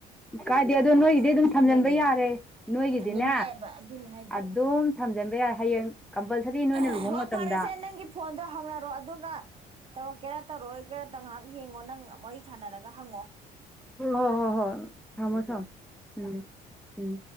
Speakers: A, in the centre; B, on the right (about 35°).
A: ꯀꯥꯏꯗꯦ ꯑꯗꯣ ꯅꯣꯏꯒꯤꯗꯤ ꯑꯗꯨꯝ
B: ꯄꯩꯁꯥ
A: ꯊꯝꯖꯤꯟꯕ
B: ꯂꯩꯗꯤ
A: ꯌꯥꯔꯦ ꯅꯣꯏꯒꯤꯗꯤꯅꯦ
B: ꯊꯝꯖꯕ ꯌꯥꯏꯕ ꯑꯗꯨꯅꯦ ꯍꯥꯏꯖꯦ
A: ꯑꯗꯨꯝ ꯊꯝꯖꯤꯟꯕ ꯌꯥꯔꯦ ꯍꯌꯦꯡ ꯀꯝꯄꯜꯁꯔꯤ ꯅꯣꯏꯅ
B: ꯑꯣ
A: ꯂꯨꯍꯣꯡ ꯃꯇꯝꯗ
B: ꯐꯔꯁꯦ ꯅꯪꯒꯤ ꯐꯣꯟꯗꯣ ꯍꯪꯅꯔꯣ ꯑꯗꯨꯒ ꯇꯧꯔꯣ ꯀꯦꯔꯥ ꯇꯧꯔꯛꯑꯣ ꯀꯦꯔ ꯇ ꯉꯥꯏꯍꯥꯛ ꯌꯦꯡꯉꯣ ꯅꯪ ꯋꯥꯔꯤ ꯁꯥꯟꯅꯔꯒ ꯍꯪꯉꯣ
A: ꯍꯣ ꯍꯣ ꯍꯣꯏ ꯊꯝꯃꯣ ꯊꯝꯃꯣ ꯎꯝ ꯎꯝ